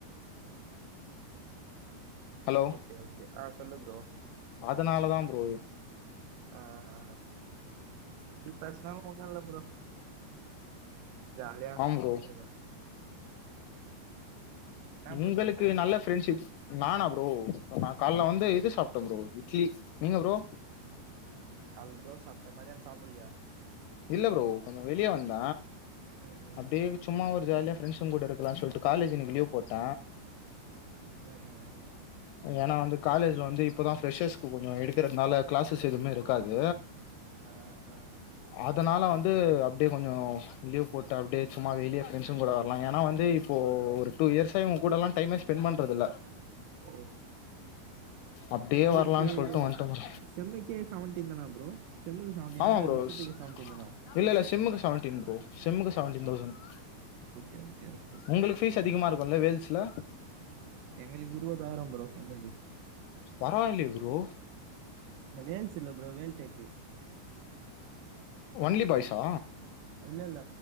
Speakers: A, on the right; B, on the left.
A: ம், ம்.
B: ஹலோ
A: ஓகே ஓகே ஆ சொல்லு ப்ரோ
B: அதனாலதா ப்ரோ
A: ஆ ஆ எப்டி பாஸ் அதல்லா ஒண்ணு இல்ல ப்ரோ ஜாலியா
B: ஆம் ப்ரோ
A: இருக்க என்ன
B: உங்களுக்கு
A: ப்ரோ சாப்பிட்ட?
B: நல்ல ஃப்ரென்ஷிப் நானா ப்ரோ நா கால்ல
A: ம்.
B: வந்து இது சாப்ட ப்ரோ இட்லி நீங்க ப்ரோ
A: கால்ல தோசாப்ட மதியானோ சாப்பல்லயா
B: இல்ல ப்ரோ கொஞ்சோ வெளிய வந்த
A: ம், ம்.
B: அப்டியே சும்மா ஒரு ஜாலியா ப்ரெண்ட்ஸ்ங்க கூட இருக்கலான் சொல்ட்டு காலேஜ் இன்னைக்கு லீவ் போட்ட
A: ம் ம் ம்
B: ஏனா வந்து காலேஜ்ல வந்து இப்பதா ஃப்ரெஷர்ஸ்க்கு கொஞ்சோ எடுக்கிறதுனால க்ளஸஸ் எதுமே இருக்காது
A: அ அ
B: அதனால வந்து அப்டியே கொஞ்சோ லீவ் போட்டு அப்டியே சும்மா வெளிய ஃப்ரெண்சுங்க கூட வரலா ஏனா வந்து இப்போ ஒரு டூ இயர்ஸா இவங்க கூடலா டைமே ஸ்பெண் பண்றதுல்ல
A: ஓ!
B: அப்டியே
A: உங்களுக்கு
B: வரலான் சொல்ட்டு வன்ட்டமா
A: செம்முக்கே செவன்டீன் தானா ப்ரோ செம்முக்கு செவன்டீனா
B: ஆமா
A: இல்ல
B: ப்ரோ
A: வருஷத்துக்கு
B: ஸ்
A: செவன்டீன் தானா
B: இல்ல இல்ல செம்முக்கு செவன்டீன் ப்ரோ செம்முக்கு செவன்டீன்
A: ஆ.
B: Thousand
A: okay okay, okay.
B: உங்களுக்கு ஃபீஸ் அதிகமா இருக்குல்ல வேல்ஸ்ல
A: எங்களுக்கு இருபதாயிர ப்ரோ செம்முக்கு
B: பரவால்லையே ப்ரோ
A: இந்த வேல்ஸ் இல்ல ப்ரோ வேல் டெக்கு
B: ஒன்லி பாய்ஸா
A: இல்ல இல்ல